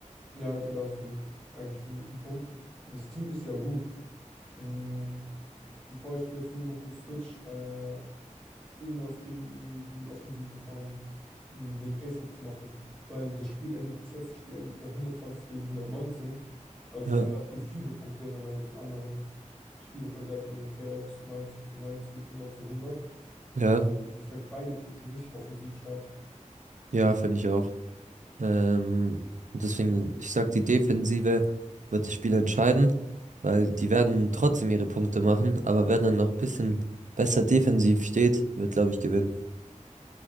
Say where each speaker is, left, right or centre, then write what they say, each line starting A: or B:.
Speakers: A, in the centre; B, on the right.
A: Ja, okay, da hast du einen, eigentlich einen guten Punkt. Das Team ist ja gut. Mm, Die bräuchten jetzt nur noch einen Switch, äh, irgendwas gegen die, die Offensive von mm, den Pacers zu machen. Weil das Spiel endet, das letzte Spiel endet ja 120 gegen 119. Also
B: Ja,
A: relativ viele Punkte, wenn man jetzt die anderen Spiele vergleicht in den Playoffs 90 zu 90, 100 zu 100.
B: ja,
A: Ich sag, beide Teams sind richtig offensiv stark.
B: ja, finde ich auch. Ähm, und deswegen, ich sag, die Defensive wird das Spiel entscheiden, weil die werden trotzdem ihre Punkte machen, aber wer dann noch ein bisschen besser defensiv steht, wird, glaube ich, gewinnen.